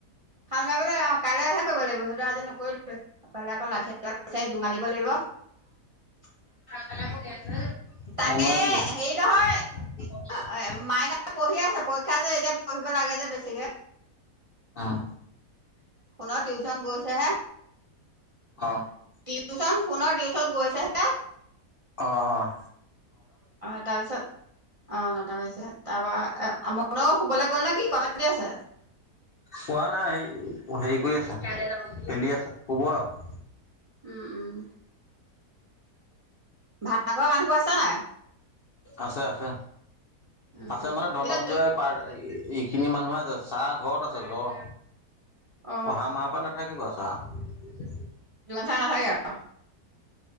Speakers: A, on the right; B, on the left.
A: হাল মাৰিবলৈ অ কাইলৈহে কৰিব লাগিব সেইটো আজি নকৰিলে আপোনালৈ অকৌ লাঠি এডাল বিচাৰ জোঙাল দিব লাগিব
B: <inaudible>
A: তাকে
B: মুনুৱে কি কৰিলে?
A: হেৰি নহয় পঢ়িব লাগে যে বেছিকে
B: অ
A: সোণৰ টিউচন গৈছে হে,
B: অ
A: টিউচন, সোণৰ টিউচন চত গৈ আছে হে <inaudible>
B: অ-অঁ।
A: অ' তাৰ পিছত, অ' নটা বাজিছে, তাৰপৰা কোও শুবলৈ গ'ল নে, কি ক গেছে <unintelligible>
B: কোৱা নাই হে, হেৰি কৰি আছে, খেলি আছে, শুব আৰু।
A: উম-উম। ভাৰা ঘৰ মানুহ বোৰ আছে চে নাই?
B: আছে আছে।
A: উম
B: আছে মানে, ধনঞ্জয়
A: এতিয়া
B: পাৰ এইখিনি মানুহে আছে, চাহ ঘৰত আছে, জ্বৰ।
A: অ
B: অহা মাহৰ পৰা নাথাকিবা অ <unintelligible>
A: লঞ্চা নাথাগে আৰু <unintelligible>